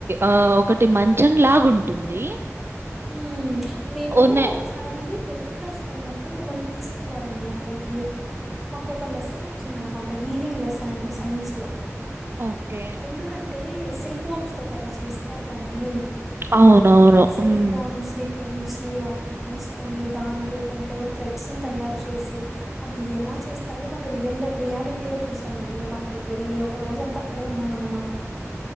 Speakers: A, on the right; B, in the centre.
A: ఆ ఒకటి మంచం లాగుంటుంది.
B: ఊమ్ మేమూ
A: ఓనే
B: ఒకసారీ తెన్త్ క్లాస్లొ ఉన్నప్పుడు మమ్మల్ని తీసుకెళ్లారండి అక్కడికి మాకొక లెసనొచ్చిందినమాట్ ట వీవింగ్ లెసనని సైన్స్ లొ
A: ఓకే
B: ఎందుకంటే సిల్క్ వామ్స్తొ <unintelligible> చేస్తారు దాన్నీ
A: అవునవును
B: సిల్క్
A: ఉమ్.
B: వామ్స్ని పెంచి ఈ వాటిన్ తీస్కొని దాన్ రూపంలో థ్రెడ్స్న్ తయార్ చేసి అది ఎలా చేస్ <unintelligible> మాకు రియల్లో రియాలిటీలో చూసామండి మేమక్కడికి వెళ్ళి ఒకరోజంత అక్కడే ఉన్నామన్నమాట.